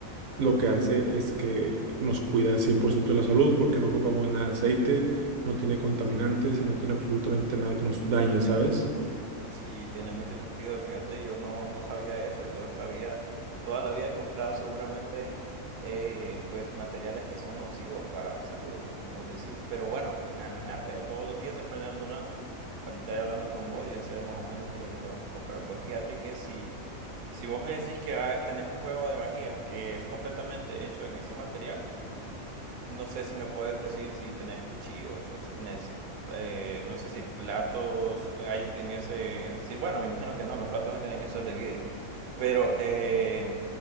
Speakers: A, on the right; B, on the right.
A: lo que hace es que nos cuida 100% de la salud porque no ocupamos nada de aceite, no tiene contaminantes y no tiene absolutamente nada que nos dañe, ¿sabes?
B: Sí, tiene mucho sentido. Fíjate, yo no, no sabía eso y toda esta vida, toda la vida he comprado seguramente eh, pues materiales que son nocivos para mi salud, como vos decís. Pero bueno, imagínate, todos los días se aprende algo nuevo. Ahorita ya hablando con vos, ya sé más o menos qué es lo que tengo que comprar. Pues fíjate que si, si vos me decís que ah, tenés un juego de vajillas que es completamente hecho en ese material, No sé si me puedes decir si tenés cuchillos o si tenés, eh, no sé si platos hay en ese, en ese decir, bueno, me imagino que no, los platos tienen que ser de vidrio, pero eh,